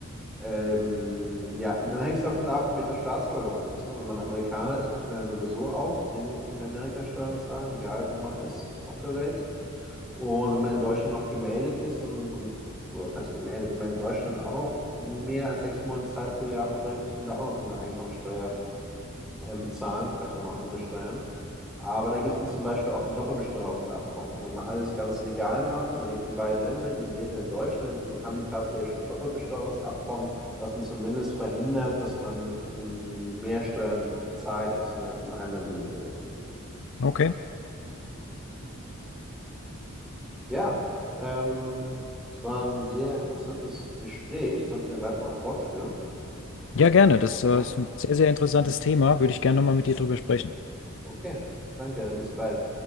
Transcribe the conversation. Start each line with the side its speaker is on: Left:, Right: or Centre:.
Centre: ähm, ja, und dann hängt es davon ab, welcher Staatsbürger man ist. Ne? Wenn man Amerikaner ist, muss man ja sowieso auch in, in Amerika Steuern zahlen, egal wo man ist auf der Welt. Und wenn man in Deutschland noch gemeldet ist und, und oder was heißt gemeldet, wenn man in Deutschland auch noch mehr als sechs Monate Zeit pro Jahr verbringt, muss man da auch noch so eine Einkommensteuer ähm, bezahlen und vielleicht auch noch andere Steuern. Aber da gibt es dann zum Beispiel auch ein Doppelbesteuerungsabkommen. Also wenn man alles ganz legal macht, man lebt in beiden Ländern, Indonesien und Deutschland, dann haben die tatsächlich schon ein Doppelbesteuerungsabkommen, was dann zumindest verhindert, dass man ähm, mehr Steuern zahlt, als wenn man jetzt nur in einem Land leben würde.
Left: Okay.
Centre: Ja, ähm, es war ein sehr interessantes Gespräch, sollten wir bald mal fortführen.
Left: Ja, gerne.
Centre: Ähm,
Left: Das
Centre: ja,
Left: äh, ist ein sehr, sehr interessantes Thema. Würde ich gerne nochmal mit dir drüber sprechen.
Centre: okay, danke, bis bald.